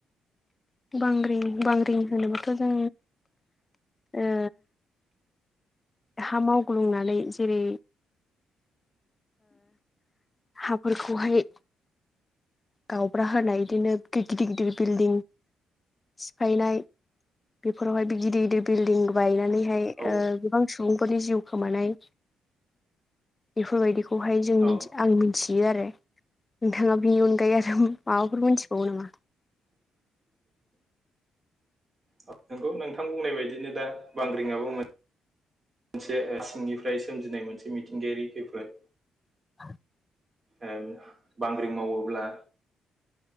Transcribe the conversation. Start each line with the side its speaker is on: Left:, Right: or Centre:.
Left: बांग्रिं बांग्रिं होनोबाथ' जों ओ हा मावग्लुंनानै जेरै हाफोरखौहाय गावब्रा होनाय बिदिनो गिदिर गिदिर बिल्डिं सिफायनाय बेफोरावहाय बे गिदिर गिदिर बिल्डिं बायनानै बबेहाय
Right: औ
Left: ओ गोबां सुबुंफोरनि जिउ खोमानाय बेफोरबायदि बे खौहाय जों
Right: औ
Left: आं मिथि बियो आरो नोंथाङा बेनि अनगायै आरो माबाफोर मोनथिबावो नामा?
Right: <inaudible> औ नंगौ नोंथां बुंनाय बायदिनो दा बांग्रिंआबो मोन मोनसे सिंनिफ्राय सोमजिनाय मोनसे मिथिंगायारि खैफोद।
Left: <inaudible>
Right: ओं बांग्रिं मावोब्ला